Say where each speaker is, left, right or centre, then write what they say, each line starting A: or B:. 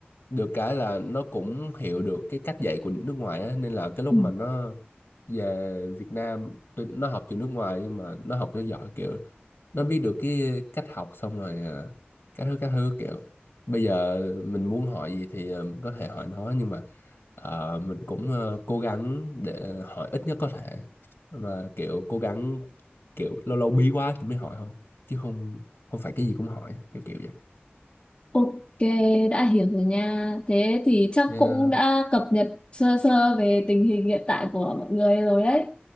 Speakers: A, on the left; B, on the left.
A: được cái là nó cũng hiểu được cái cách dạy của nước ngoài á nên là cái lúc
B: Ừ.
A: mà nó về Việt Nam tuy nó học từ nước ngoài nhưng mà nó học cho giỏi kiểu nó biết được cái cách học xong rồi à, các thứ các thứ kiểu bây giờ mình muốn hỏi gì thì ờ, mình có thể hỏi nó nhưng mà ờ, mình cũng ờ, cố gắng để hỏi ít nhất có thể mà kiểu cố gắng kiểu lâu lâu bí quá thì mới hỏi thôi chứ không không phải cái gì cũng hỏi kiểu kiểu vậy
B: Ok, đã hiểu rồi nha. Thế thì chắc
A: yeah
B: cũng đã cập nhật sơ sơ về tình hình hiện tại của mọi người rồi đấy.